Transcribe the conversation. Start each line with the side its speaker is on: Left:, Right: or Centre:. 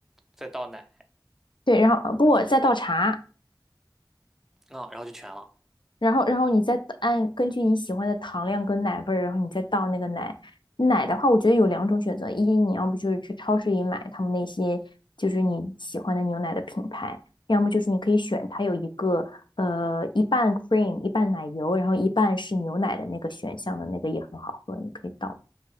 Centre: 再倒奶
Left: 对，然后呃不，再倒茶，
Centre: 啊，然后就全了。
Left: 然后然后你再按根据你喜欢的糖量跟奶味儿，然后你再倒那个奶。奶的话，我觉得有两种选择，一你要不就是去超市里买他们那些就是你喜欢的牛奶的品牌，要么就是你可以选它有一个呃一半 cream 一半奶油，然后一半是牛奶的那个选项的那个也很好喝，你可以倒，